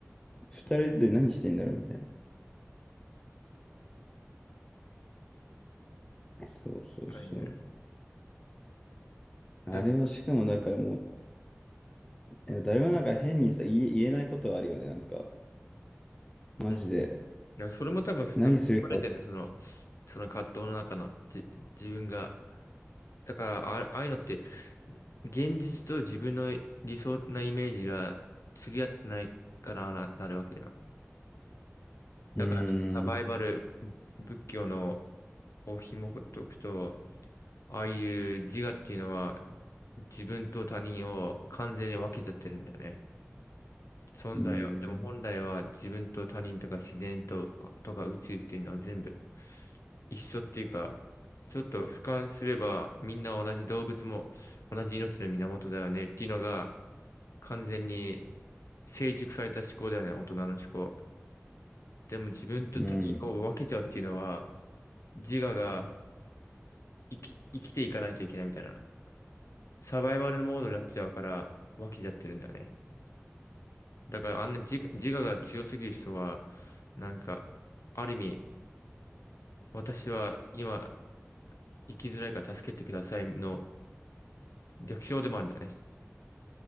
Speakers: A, on the left; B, on the left.
A: <laughs> 二人で何してんだろうみたいな。そうそうそう。
B: 確かにね。
A: あれはしかもだからもう、
B: だから、
A: いや誰もなんか変にさ、言え、言えないことはあるよね、なんか。マジで。
B: うん。だからそれも多分普通含まれてるんだよ。
A: 何するか。う
B: その、その葛藤の中の、じ、自分が。だから、ああああいうのって、現実と自分の理想なイメージが釣り合ってないからな、なるわけじゃん。だから、
A: ーん、
B: サバイバル、仏教のお紐解くと、ああいう自我っていうのは、自分と他人を完全に分けちゃってるんだよね。存在を。
A: うーん、
B: でも本来は自分と他人とか自然と、とか宇宙っていうのは全部一緒っていうか、ちょっと俯瞰すればみんな同じ動物も同じ命の源だよねっていうのが完全に成熟された思考だよね、大人の思考。でも自分と他人を分けちゃうっていうのは
A: うん、
B: 自我が生き、生きていかないといけないみたいな。サバイバルモードになっちゃうから、湧きちゃってるんだね。だからあんな自、自我が強すぎる人は、なんか、ある意味、私は今、生きづらいから助けてくださいの逆称でもあるんだよね。